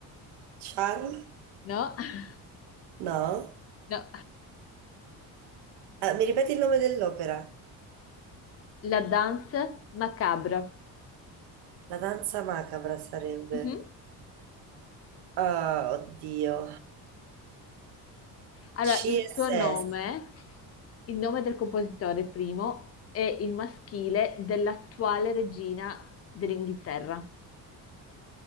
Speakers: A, on the right; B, on the left.
A: Charles?
B: No, <laughs>
A: No?
B: no.
A: Eh, mi ripeti il nome dell'opera?
B: La Danse macabre.
A: La danza macabra sarebbe.
B: Mhm.
A: Ah, oddio.
B: Allora,
A: CSS.
B: il suo nome, il nome del compositore primo, è il maschile dell'attuale regina dell'Inghilterra.